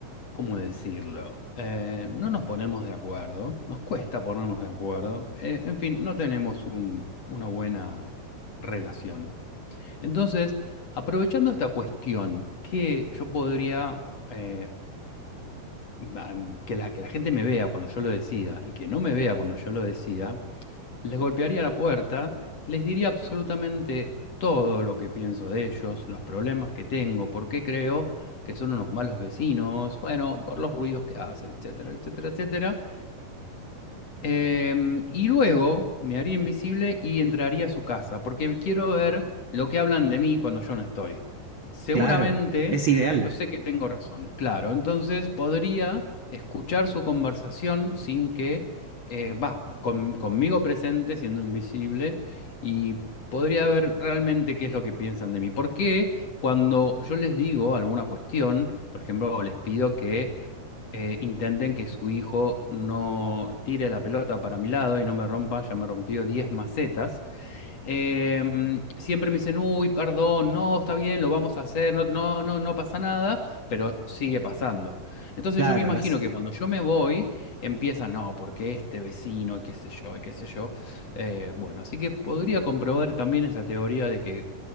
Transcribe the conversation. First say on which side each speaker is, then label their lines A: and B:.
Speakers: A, on the left (about 45°); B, on the right (about 45°).
A: ¿cómo decirlo? Eh, no nos ponemos de acuerdo, nos cuesta ponernos de acuerdo, eh, en fin, no tenemos un- una buena relación. Entonces, aprovechando esta cuestión que yo podría... eh, ba- que la, que la gente me vea cuando yo lo decida y que no me vea cuando yo lo decida, les golpearía la puerta, les diría absolutamente todo lo que pienso de ellos, los problemas que tengo, por qué creo que son unos malos vecinos, bueno, por los ruidos que hacen, etcétera, etcétera, etcétera. Em, y luego me haría invisible y entraría a su casa, porque quiero ver lo que hablan de mí cuando yo no estoy. Seguramente,
B: Claro, es ideal.
A: yo sé que tengo razón, claro, entonces podría escuchar su conversación sin que, eh, va, con- conmigo presente, siendo invisible, y podría ver realmente qué es lo que piensan de mí. Porque cuando yo les digo alguna cuestión, por ejemplo, les pido que eh, intenten que su hijo no tire la pelota para mi lado y no me rompa, ya me rompió 10 macetas. Eh, siempre me dicen, uy, perdón, no, está bien, lo vamos a hacer, no, no, no, no pasa nada, pero sigue pasando. Entonces
B: Claro,
A: yo me imagino
B: las,
A: que cuando yo me voy, empieza, no, porque este vecino, y qué sé yo, y qué sé yo. Eh, bueno, así que podría comprobar también esa teoría de que